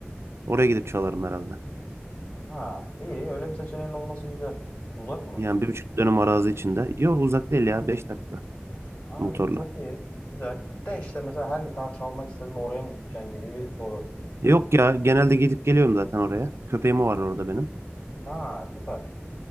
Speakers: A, on the right; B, on the left.
A: Oraya gidip çalarım herhalde.
B: Ha iyi öyle bir seçeneğin olması güzel. Uzak mı?
A: Yani bir buçuk dönüm arazi içinde. Yok uzak değil ya. Beş dakika
B: Ha
A: motorla.
B: iyi çok iyi. Güzel. De işte mesela her gitar çalmak istediğinde oraya mı gideceksin gibi bir soru.
A: Yok ya genelde gidip geliyorum zaten oraya. Köpeğim var orada benim.
B: Ha süper.